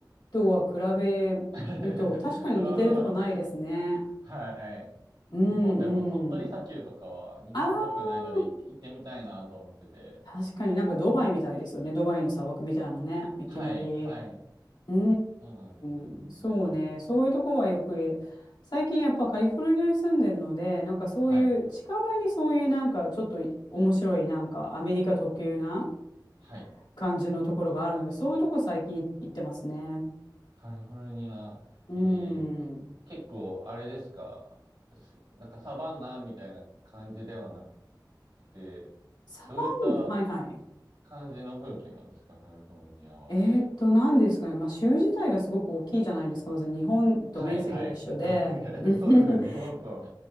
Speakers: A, on the left; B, on the right.
A: とは比べると、
B: <laughs> そうそう。
A: 確かに似てるとこないですね。
B: はい。
A: うんうん。
B: 日本でも鳥取砂丘とかは日本っぽくないのでい行ってみたいなと思ってて。
A: ああ、確かになんかドバイみたいですよね。ドバイの砂漠みたいなね。いきなり。
B: はい、はい。
A: うー
B: そうなんですよね。
A: ん、そうね。そういうとこはよく、最近やっぱカリフォルニアに住んでるので、なんかそういう近場にそういうなんかちょっと面白いなんかアメリカ特有な
B: はい、はい。
A: 感じのところがあるので、そういうとこ最近行ってますね。
B: カリフォルニア、
A: うーん。
B: えー、結構あれですか、すなんかサバンナみたいな感じではなくて、
A: サバン、
B: どういった
A: はいはい。
B: 感じの風景なんですか、カリフォルニアは。
A: えーっと、何ですかね。まあ州自体がすごく大きいじゃないですか。まず日本と面積が一緒で。
B: はい、はい。<laughs> 大概そうですよね。
A: <laughs>
B: 日本と